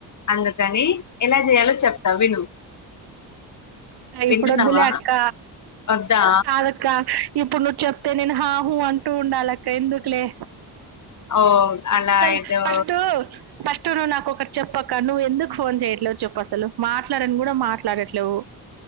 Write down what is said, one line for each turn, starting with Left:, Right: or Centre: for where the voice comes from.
Left: అందుకని ఎలా జేయాలో చెప్తా విను
Right: అ ఇప్పుడోద్దులే
Left: వింటున్నావా
Right: అక్క
Left: వద్దా
Right: కాదక్క ఇప్పుడ్ నువ్ చెప్తే నేన్ హాహు అంటూ ఉండాలక్క ఎందుక్లే
Left: ఓ అలా
Right: అసల్
Left: ఏదో
Right: ఫస్టు ఫస్ ట్ నువ్ నాకొకట్ చెప్పక్క నువ్ ఎందుక్ ఫోన్ చేయట్లేవ్ చెప్పసలు మాట్లాడన్ గూడా మాట్లాడట్లేవు